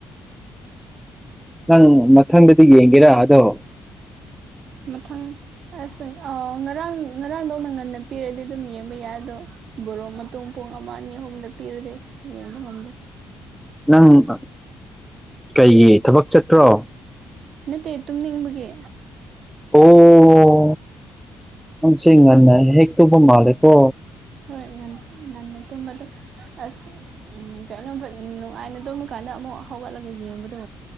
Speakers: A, in the centre; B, on the right.
A: ꯅꯪ ꯃꯊꯪꯗꯗꯤ ꯌꯦꯡꯒꯦꯔ ꯑꯗꯣ
B: ꯃꯊꯪ ꯑꯁ ꯑ ꯉꯔꯥꯡ ꯉꯔꯥꯡꯗꯧꯅ ꯉꯟꯅ ꯄꯤꯔꯗꯤ ꯑꯗꯨꯝ ꯌꯦꯡꯕ ꯌꯥꯏ ꯑꯗꯣ ꯕꯣꯔꯣ ꯃꯇꯨꯡ ꯄꯨꯡ ꯑꯃ ꯑꯅꯤ ꯑꯍꯨꯝꯗ ꯄꯤꯔꯥꯗꯦꯁ ꯌꯦꯟꯕ ꯉꯝꯗꯦ
A: ꯅꯪ ꯑ ꯀꯩꯒꯤ ꯊꯕꯛ ꯆꯠꯄ꯭ꯔꯣ
B: ꯅꯠꯇꯦ ꯇꯨꯝꯅꯤꯡꯕꯒꯤ
A: ꯑꯣ ꯑꯣ ꯅꯪꯁꯤ ꯉꯟꯅ ꯍꯦꯛ ꯇꯨꯝꯕ‌ ꯃꯥꯂꯦꯀꯣ
B: ꯍꯣꯏ ꯉꯟ ꯉꯟꯅ ꯇꯨꯝꯕꯗꯨ ꯑꯁ ꯎꯝ ꯀꯩꯅꯣ ꯐꯠ ꯅꯨꯡꯉꯥꯏꯅ ꯇꯨꯝꯃꯥꯀꯥꯟꯗ ꯑꯃꯨꯛ ꯍꯧꯒꯠꯂꯒ ꯌꯦꯡꯕꯗꯣ